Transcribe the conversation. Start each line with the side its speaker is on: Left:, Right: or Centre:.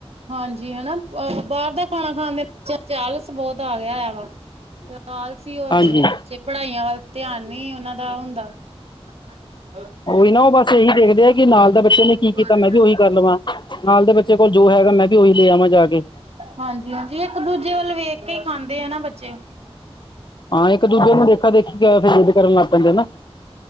Right: ਹਾਂਜੀ, ਹਨਾ ਬਾਹਰ ਦਾ ਖਾਣਾ ਖਾਣ ਦੇ ਆਲਸ ਬਹੁਤ ਆ ਗਿਆ ਵਾ।
Left: <inaudible>
Right: ਤੇ ਆਲਸੀ ਹੋਗੇ
Left: ਹਾਂਜੀ।
Right: ਬੱਚੇ ਪੜ੍ਹਾਈਆਂ ਵੱਲ ਧਿਆਨ ਨੀ ਉਹਨਾਂ ਦਾ ਹੁੰਦਾ। ਕਦੇ ਸਰ <unintelligible>
Left: ਉਹੀ ਨਾ ਉਹ ਬਸ ਇਹੀ ਦੇਖਦੇ ਆ। ਕਿ ਨਾਲ ਦਾ ਬੱਚੇ ਨੇ ਕੀ ਕੀਤਾ
Right: ਤੇ
Left: ਮੈਂ
Right: ਜਾਣੀ
Left: ਵੀ ਉਹੀ ਕਰ ਲਵਾਂ ਨਾਲ ਦੇ ਬੱਚੇ ਕੋਲ ਜੋ ਹੈਗਾ ਮੈਂ ਵੀ ਉਹੀ ਲੈ ਆਵਾਂ ਜਾ ਕੇ।
Right: ਹਾਂਜੀ ਹਾਂਜੀ, ਇੱਕ ਦੂਜੇ ਵੱਲ ਵੇਖ ਕੇ ਖਾਂਦੇ ਆ ਨਾ ਬੱਚੇ।
Left: ਹਾਂ ਇੱਕ ਦੂਜੇ ਨੂੰ ਦੇਖਾ ਦੇਖੀ ਕੇ ਫਿਰ ਕਰਨ ਲੱਗ ਪੈਂਦੇ ਨਾ